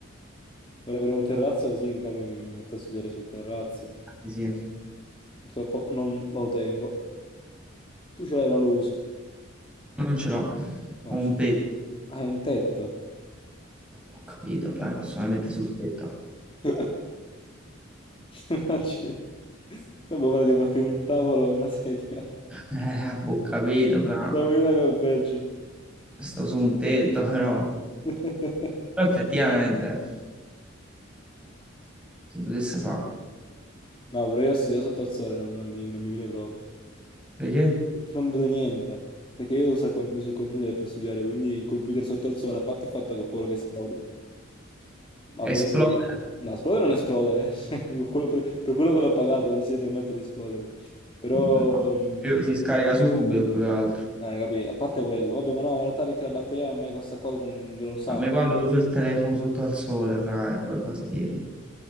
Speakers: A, on the left (about 25°); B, in the centre.
A: Vorrei avere un terrazzo così mi capi, mi metto a studiare sul terrazzo.
B: sì,
A: Purtroppo non lo tengo. Tu ce l'hai, non lo usi.
B: non ce l'ho,
A: Ma
B: ho
A: non
B: un
A: ce
B: tetto,
A: l'hai. Hai un tetto.
B: ho capito, fra, mi posso mai mettere sul tetto,
A: <laughs> Immagini. Dopo ora di porti un tavolo e una sedia.
B: <laughs> eh, ho capito, fra,
A: Siamo in una che è peggio.
B: sto su un tetto però,
A: <laughs>
B: Però effettivamente. si potesse fare.
A: No, però io studiare sotto al sole non, non mi, non mi viene proprio.
B: Perché?
A: che non vedo niente, perché io devo usare il computer, il computer per studiare, quindi il computer sotto al sole, a parte il fatto che ho paura che esplode, ma poi...
B: Esplode.
A: No, esplodere non esplode, <laughs> cioè, Quello- per, per quello che l'ho pagato non si deve permettere di esplodere, però...
B: No,
A: mm,
B: io- si scarica subito più che altro.
A: eh, capì, a parte quello, vabbè, ma no, ma in realtà perché la batteria a me questa qua con- dura un sacco,
B: A me quando uso il telefono sotto al sole, fra, è qualcosa di...